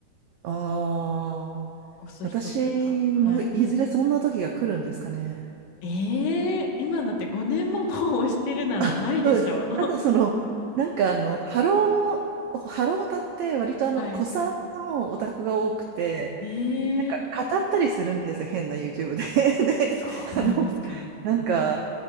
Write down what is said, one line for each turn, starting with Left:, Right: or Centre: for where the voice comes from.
Right: ああ、
Left: 押す人っていうか、
Right: 私
Left: はい。
Right: もいずれそんな時が来るんですかね。
Left: ええー今だって5年ももう押してるならないでしょ
Right: あ、そうです。ただその、なんかあの、ハロー、ハロータって割とあの、
Left: <laughs> はい。
Right: 古参のオタクが多くて、
Left: ええ
Right: なんか語ったりするんですよ、変な YouTube で。<laughs> で、
Left: そうなんですか。
Right: あの、なんか、